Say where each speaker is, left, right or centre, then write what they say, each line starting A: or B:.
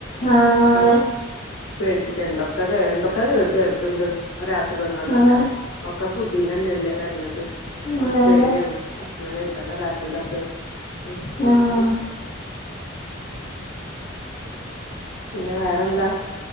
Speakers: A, on the left (about 35°); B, on the left (about 80°).
A: ആഹ്
B: അപ്പൊ
A: അതെ
B: പേടിച്ചിട്ട് എന്തൊക്കെ കേ എന്തൊക്കെ കേ കേക്ക്ണ്ട് ഒരസുഖങ്ങള്
A: അതെ
B: ഒക്കെ ഫുഡിനന്നല്ലേ വരണത്
A: അതെ
B: പേടിയാണ്.
A: അതെ
B: ഭ ണം കഴിക്കണ്ട കാര്യത്തിലൊക്കെ ഉം
A: ആഹ്
B: പിന്നെ വേറെന്താ